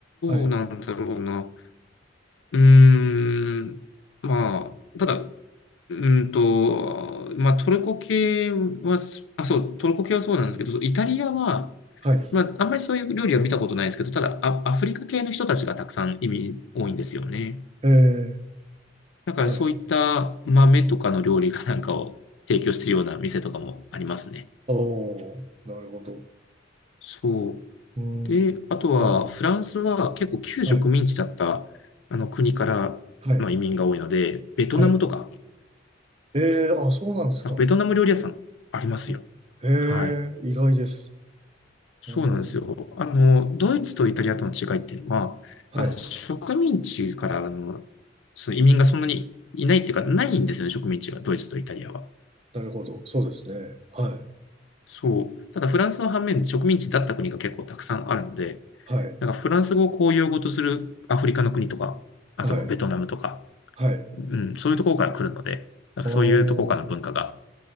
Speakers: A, on the right; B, on the left.
A: はい、
B: うなんだろうな。うーん、まあ、ただ、うーんと、まあ、トルコ系は、あ、そう、トルコ系はそうなんですけど、そうイタリアは、
A: はい、
B: まあ、あんまりそういう料理は見たことないですけど、ただ、あアフリカ系の人たちがたくさん移民多いんですよね。
A: えー、
B: だからそういった豆とかの料理かなんかを提供しているような店とかもありますね。
A: はい、おー、なるほど。
B: そう。
A: うーん、
B: で、あとはフランスは結構旧植民地だったあの国から、
A: はい、はい、はい、
B: まあ、移民が多いので、ベトナムとか、
A: はい。えー、あ、そうなんですか。
B: あベトナム料理屋さんありますよ。
A: え、えー、
B: はい。
A: 意外です。
B: そうなんですよ。
A: おー、
B: あの、ドイツとイタリアとの違いっていうのは、
A: はい、
B: あの植民地からあのその移民がそんなにいないっていうか、ないんですよね、植民地が、ドイツとイタリアは。
A: なるほど。そうですね。はい、
B: そう。ただフランスの反面、植民地だった国が結構たくさんあるので、
A: はい、
B: なんかフランス語を公用語とするアフリカの国とか、あとまあベトナムとか、
A: はい、はい。
B: うん、そういうところから来るので、なんかそういうところからの文化が、
A: ああ、は